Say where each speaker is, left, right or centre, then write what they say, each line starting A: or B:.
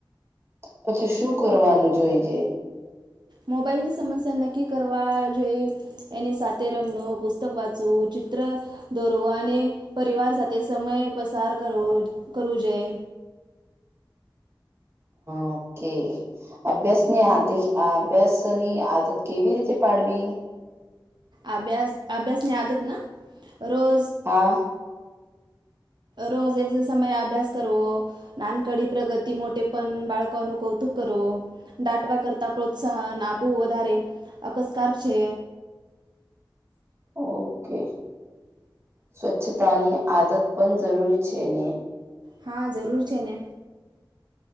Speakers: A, on the right; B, on the right.
A: પછી શું કરવાનું જોઈજે
B: મોબાઈલની સમસ્યા નક્કી કરવા જોઈ એની સાથે રમવુ પુસ્તક વાચવું ચિત્ર દોરવો અને પરિવાર સાથે સમય પસાર કરવો જોઈએ
A: ઓકે અભ્યાસની આ અભ્યાસ ની આદત કેવી રીતે પાડવી
B: અભ્યાસ અભ્યાસ ને આદત ના રોજ
A: હા
B: રોજ એક જે સમયે અભ્યાસ કરવો નાનકડી પ્રગતિ માટે પણ બાળકો ન કું કરો દાટવા કરતા પ્રોત્સાહન આપવું વધારે અકસ્કાર છે
A: ઓકે. સ્વચ્છતાની આદત પણ જરૂરી છે ને.
B: હા જરૂર છે ને.